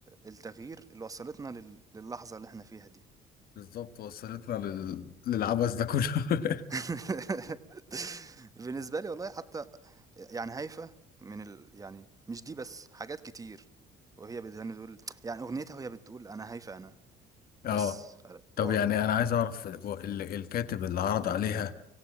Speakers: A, on the right; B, on the left.
A: التغيير اللي وصلتنا لل- للحظه اللي احنا فيها دي
B: <laughs> بالظبط وصلتنا لل... للعبث ده كله <laughs>
A: <laughs> بالنسبه لي والله حتى يعني هيفا من ال... يعني مش دي بس حاجات كتير وهي بتغني تقول يعني اغنيتها وهي بتقول انا هيفا انا بس
B: اه طب
A: اقف
B: يعني
A: بقى هنا
B: انا عايز اعرف هو ال- الكاتب اللي عرض عليها